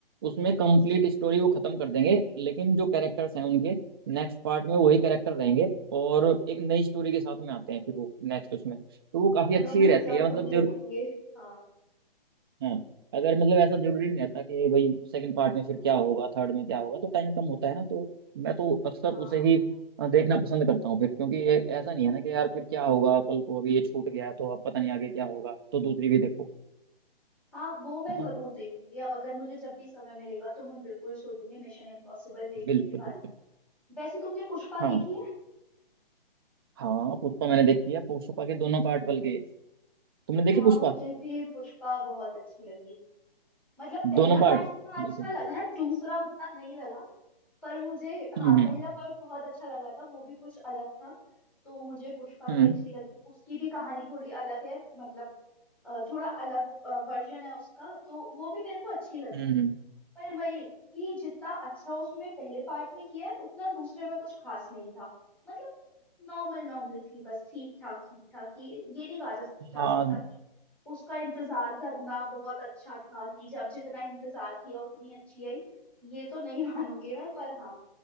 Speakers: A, on the right (about 25°); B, in the centre.
A: उसमें कंप्लीट स्टोरी वो खत्म कर देंगे लेकिन जो कैरेक्टर्स हैं उनके नेक्स्ट पार्ट में वही कैरेक्टर रहेंगे और एक नई स्टोरी के साथ में आते हैं फिर वो नेक्स्ट उसमें तो वो काफी
B: चलो
A: अच्छी
B: मैं
A: रहती
B: जरूर
A: है मतलब
B: देखूंगी
A: जरूर
B: हाँ
A: हाँ अगर मतलब ऐसा जरूरी नहीं रहता कि भाई सेकंड पार्ट में फिर क्या होगा थर्ड में क्या होगा तो टाइम कम होता है ना तो मैं तो अक्सर
B: हाँ
A: उसे
B: हाँ
A: ही
B: हाँ
A: अ, देखना पसंद करता हूँ फिर क्योंकि ये ऐसा नहीं है ना कि यार फिर क्या होगा कल को अभी ये छूट गया है तो अब पता नहीं आगे क्या होगा तो दूसरी भी देखो
B: हाँ वो मैं
A: है
B: जरूर
A: ना
B: देखूंगी अब अगर मुझे जब भी समय मिलेगा तो मैं बिल्कुल सोचूंगी मिशन इम्पॉसिबल देखने
A: बिल्कुल
B: के बारे
A: बिल्कुल
B: में वैसे तुमने पुष्पा
A: हाँ
B: देखी है
A: हाँ पुष्पा मैंने देखी है पुष्पा के दोनों पार्ट बल्कि तुमने देखी
B: हाँ
A: पुष्पा
B: मुझे भी पुष्पा बहुत अच्छी लगी मतलब पहला
A: दोनों पार्ट
B: पार्ट जितना अच्छा
A: बिल्कुल
B: लगा दूसरा उतना नहीं लगा पर मुझे हाँ
A: हम्म हम्म
B: पहला पार्ट बहुत अच्छा लगा था वो भी कुछ अलग था तो मुझे पुष्पा भी
A: हम्म।
B: अच्छी लगी उसकी भी कहानी थोड़ी अलग है मतलब अ, थोड़ा अलग वर्जन है उसका तो वो भी मेरे को अच्छी लगी
A: हम्म
B: पर वही कि जितना अच्छा उसमें पहले पार्ट में किया है उतना दूसरे में कुछ खास नहीं था मतलब नॉर्मल नॉर्मल थी बस ठीक ठाक ठीक ठाक कि ये नहीं कहा जा, जा
A: हाँ
B: सकता
A: हम्म
B: कि उसका इंतजार करना बहुत अच्छा था कि जब जितना इंतजार किया उतनी अच्छी आई ये तो नहीं <laughs> मानूंगी मैं पर हाँ